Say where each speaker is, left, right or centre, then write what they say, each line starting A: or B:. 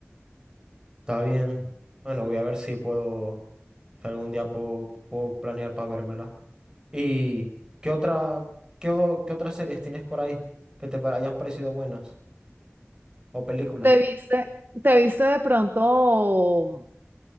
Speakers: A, on the right; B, on the right.
A: está bien. Bueno, voy a ver si puedo, si algún día puedo, puedo planear para vérmela. ¿Y qué otra, qué, o- qué otras series tienes por ahí que te pa- hayan parecido buenas? ¿O películas?
B: ¿Te viste, te viste de pronto,